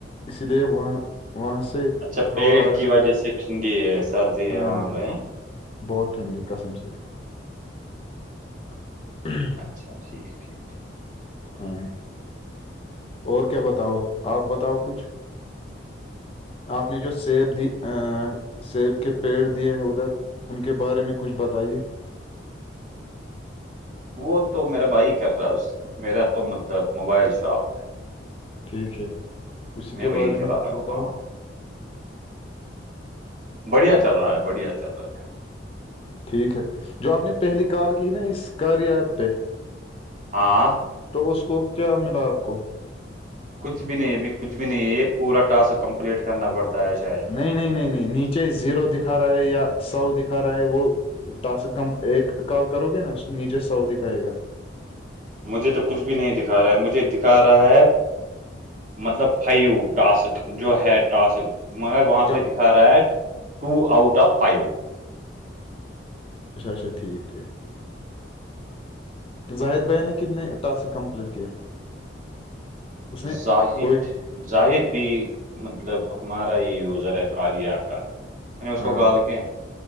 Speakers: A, on the left (about 30°); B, on the right (about 40°).
A: اس لیے وہاں وہاں سے
B: اچھا پیڑ
A: ہوا آ
B: کی
A: رہی
B: وجہ
A: ہے
B: سے ٹھنڈی سردی ہے
A: ہاں
B: وہاں پے
A: بہت ٹھنڈی ہے قسم سے <inaudible>
B: اچھا ٹھیک ہے
A: ہاں اور کیا بتاؤ آپ بتاؤ کچھ آپ نے جو سیب دی سیب کے پیڑ دیے ہیں ادھر ان کے بارے میں کچھ بتائیے
B: وہ تو میرا بھائی کر رہا ہے اس سے میرا تو مطلب موبائل شاپ ہے
A: ٹھیک ہے اسی کے
B: وہی
A: بارے
B: چلا
A: میں کچھ
B: رہا ہوں
A: بتاؤ
B: ہاں بڑھیا چل رہا ہے بڑھیا چل رہا ہے
A: ٹھیک ہے جو آپ نے پہلی کال کی ہے نا اس کاریاں ایپ پہ
B: ہاں
A: تو اس کو کیا ملا آپ کو
B: کچھ بھی نہیں بھی کچھ بھی نہیں یہ پورا ٹسک کمپلیٹ کرنا پڑتا ہے شاید
A: نہیں نہیں نہیں نہیں نیچے زیرو دکھا رہا ہے یا سو دکھا رہا ہے وہ ٹاسک کم ایک کال کرو گے نا نیچے سؤ دکھائے گا
B: مجھے تو کچھ بھی نہیں دکھا رہا ہے مجھے دکھا رہا ہے مطلب فائیو ٹاسک جو ہے ٹاسک مگر وہاں
A: جب
B: پہ دکھا رہا ہے ٹو آؤٹ آف فائیو
A: اچا اچا ٹھیک ٹھیک ظاہر بھ نے کتنے ٹاسک کمپلیٹ کیا اس نے
B: زاہد
A: کوئی
B: ظاہر بھی مطلب ہمارا ہی یوزر ہے کاریا کا میں نے اس
A: ہاں
B: کو کال کیا